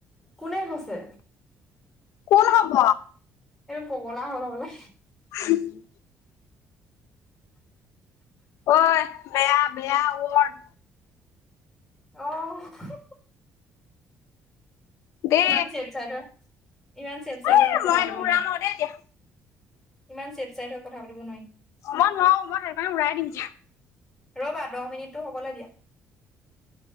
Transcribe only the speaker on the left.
কোন হব?
<inaudible> ঐ বেয়া বেয়া ৱৰ্ড
দেই
এই
এইটো
উৰাম
আৰু দেই এতিয়া
মই নোৱাৰো মই সেইটো কাৰণে উৰাই দিম এতিয়া